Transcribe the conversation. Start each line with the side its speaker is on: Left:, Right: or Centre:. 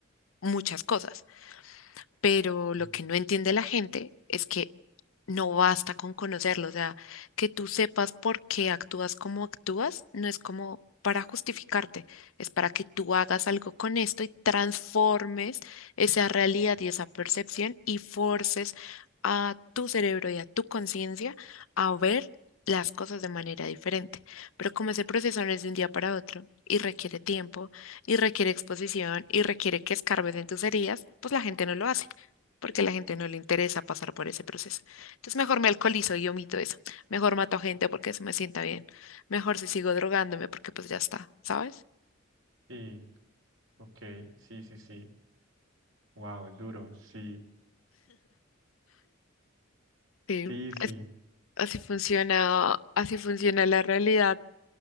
Left: muchas cosas, pero lo
Right: sí,
Left: que no entiende la gente es que no basta con conocerlo, o sea, que tú sepas por qué actúas como actúas, no es como para justificarte, es para que tú hagas algo con esto y transformes esa realidad y esa percepción y forces a tu cerebro y a tu conciencia a ver las cosas de manera diferente. Pero como ese proceso no es de un día para otro y requiere tiempo y requiere exposición y requiere que escarbes en tus heridas, pues la gente no lo hace porque a la gente no le interesa pasar por ese proceso. Entonces mejor me alcoholizo y omito eso. Mejor mato a gente porque eso me sienta bien. Mejor si sigo drogándome porque pues ya está, ¿sabes?
Right: sí, ok, sí, sí, sí, wow, duro, sí,
Left: Sí.
Right: sí, sí,
Left: es- así funciona, así funciona la realidad